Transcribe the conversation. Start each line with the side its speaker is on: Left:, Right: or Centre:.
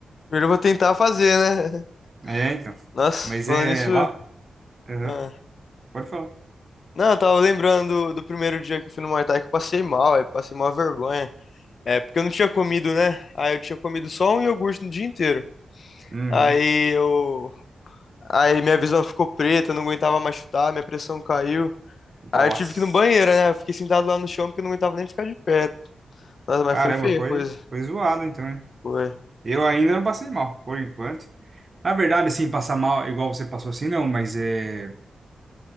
Left: Primeiro eu vou tentar fazer, né?
Right: É, então.
Left: Nossa,
Right: Mas
Left: falando
Right: é
Left: isso.
Right: lá. Aham,
Left: ah.
Right: Pode falar.
Left: Não, eu tava lembrando do, do primeiro dia que eu fui no Muay Thai que eu passei mal, aí passei mal vergonha. É, porque eu não tinha comido, né? Aí eu tinha comido só um iogurte no dia inteiro.
Right: Uhum.
Left: Aí eu. Aí minha visão ficou preta, eu não aguentava mais chutar, minha pressão caiu. Aí
Right: Nossa.
Left: eu tive que ir no banheiro, né? Eu fiquei sentado lá no chão porque eu não aguentava nem ficar de pé. Nossa, mas
Right: Caramba,
Left: foi feia
Right: foi,
Left: a coisa.
Right: foi zoado então, né?
Left: Foi.
Right: Eu ainda não passei mal, por enquanto. Na verdade, assim, passar mal igual você passou assim, não, mas é.